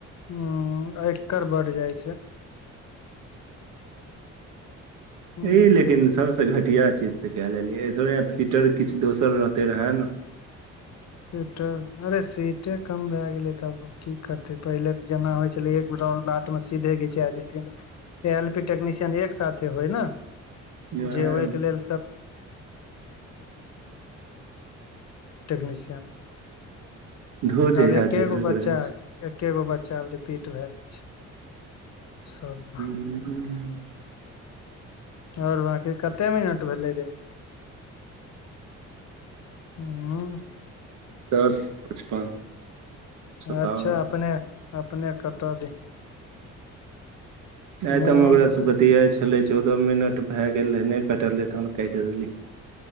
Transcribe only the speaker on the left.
उम्म एकड़ बड जाय छै। ह
फिटर अरे सीटे कम भै गेलै त, की करते पहिले त जेना होय छलैया <unintelligible> आठ मे सीधे घिचा जेथिन। एल पी‌ टेक्निशियन एक साथे होइ ना।
जे ओके लेल, <unintelligible>
आब एके
गो
बच्चा
है। एके गो बच्चा रिपीट भ जायै छै सबमे।
आओर बकी कते मिनट भेले रे। हँ।
अच्छा अपने अपने कत द है।
मुँहो
दुखाय